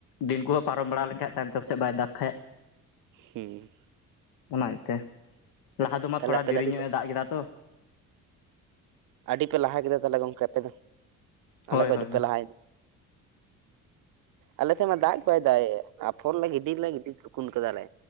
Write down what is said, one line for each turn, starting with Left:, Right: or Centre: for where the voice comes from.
Left: ᱫᱤᱱ ᱠᱚᱫᱚ ᱯᱟᱨᱚᱢ ᱵᱟᱲᱟ ᱞᱮᱱᱠᱟᱡ ᱛᱟᱭᱚᱢ ᱛᱮ ᱯᱟᱥᱮᱫ ᱵᱟᱭ ᱫᱟᱜ ᱠᱷᱟᱡ,
Right: ᱦᱩᱸ
Left: ᱚᱱᱟ ᱤᱭᱟᱹᱛᱮ ᱞᱟᱦᱟ ᱫᱚᱢᱟ
Right: ᱛᱟᱦᱚᱞᱮ
Left: ᱛᱷᱚᱲᱟ
Right: ᱟᱯᱮ
Left: ᱫᱮᱨᱤ
Right: ᱫᱚ ᱟᱹᱰᱤ
Left: ᱧᱚᱜ ᱮ ᱫᱟᱜ ᱠᱮᱫᱟ ᱛᱚ᱾
Right: ᱟᱹᱰᱤ ᱯᱮ ᱞᱟᱦᱟ ᱠᱮᱫᱟ ᱛᱟᱦᱞᱮ ᱜᱚᱝᱠᱮ ᱟᱯᱮ ᱫᱚ ᱟᱞᱮ
Left: ᱦᱳᱭ
Right: ᱠᱷᱚᱡ
Left: ᱦᱳᱭ
Right: ᱫᱚᱯᱮ ᱞᱟᱦᱟᱭ ᱟᱞᱮᱥᱮᱜ ᱢᱟ ᱫᱟᱜ ᱵᱟᱭ ᱫᱟᱜ ᱮᱜ ᱟᱯᱷᱚᱨ ᱞᱮ ᱜᱤᱰᱤᱨ ᱞᱮ ᱜᱤᱰᱤᱨ ᱠᱩ ᱠᱩᱱ ᱠᱟᱫᱟᱞᱮ᱾